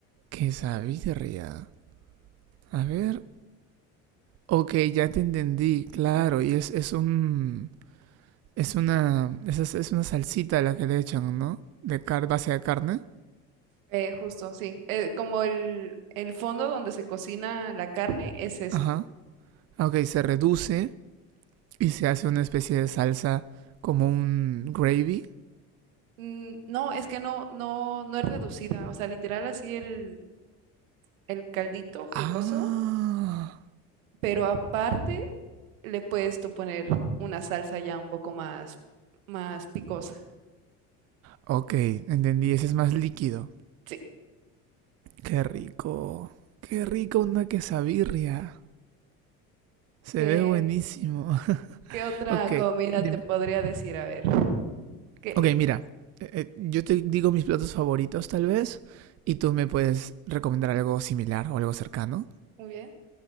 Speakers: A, on the right; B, on the right.
A: Quesabirria. A ver, ok, ya te entendí, claro, y es, es un, Es una, es, es una salsita la que le echan, ¿no? De car base de carne.
B: Eh, justo, sí. Eh, como el, el fondo donde se cocina la carne es eso.
A: Ajá. Ah, Ok, se reduce y se hace una especie de salsa como un gravy.
B: Mm, no, es que no, no, no es reducida. O sea, literal así el, el caldito jugoso,
A: Ah,
B: pero aparte le puedes tú poner una salsa ya un poco más, más picosa.
A: ok, entendí. Ese es más líquido.
B: Sí,
A: Qué rico. Qué
B: sí.
A: rico una quesabirria. Se
B: ¿Qué,
A: ve buenísimo. <laughs>
B: qué otra
A: Ok,
B: comida
A: dime.
B: te podría decir? A ver. ¿Qué,
A: Ok, mira. eh, eh, yo te digo mis platos favoritos, tal vez. Y tú me puedes recomendar algo similar o algo cercano.
B: Muy bien,